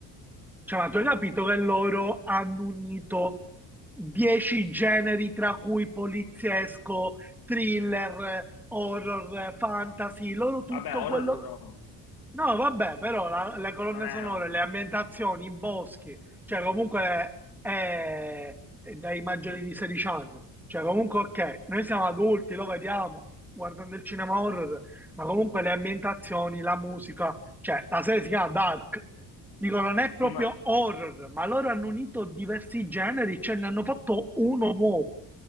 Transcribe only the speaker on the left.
Vabbè, horror
no,
non è
horror.
Sì, ma-